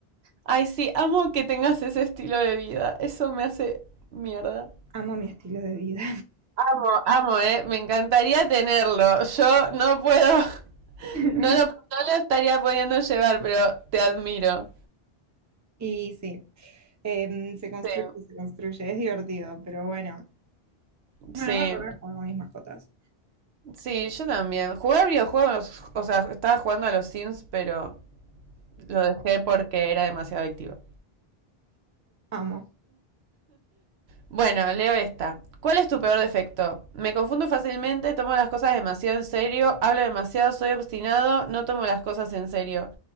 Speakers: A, on the right; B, on the right.
A: Ay, sí, amo que tengas ese estilo de vida. Eso me hace mierda.
B: Amo mi estilo de vida.
A: Amo, amo, eh. Me encantaría tenerlo. Yo no puedo,
B: <laughs>
A: no lo, no lo estaría pudiendo llevar, pero te admiro.
B: Y sí, em, se construye,
A: Sí.
B: y se construye, es divertido, pero bueno. Bueno,
A: Sí.
B: voy a volver con mis mascotas.
A: Sí, yo también. Jugar videojuegos, o sea, estaba jugando a los Sims, pero lo dejé porque era demasiado adictivo.
B: Amo.
A: Bueno, leo esta. ¿Cuál es tu peor defecto? Me confundo fácilmente, tomo las cosas demasiado en serio, hablo demasiado, soy obstinado, no tomo las cosas en serio.